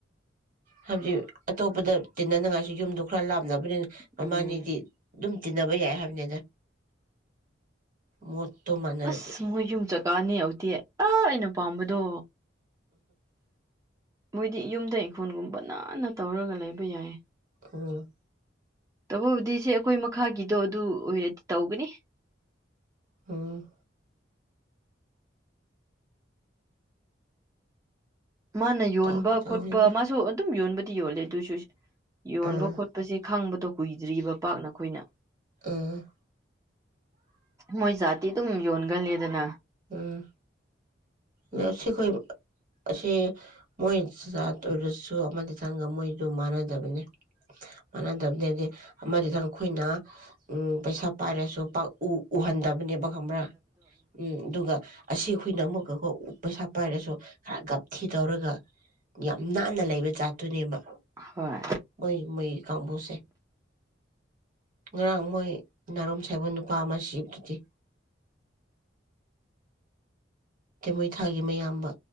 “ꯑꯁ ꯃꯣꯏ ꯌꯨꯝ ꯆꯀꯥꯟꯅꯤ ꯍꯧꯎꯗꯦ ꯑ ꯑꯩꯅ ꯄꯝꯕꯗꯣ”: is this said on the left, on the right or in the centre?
Right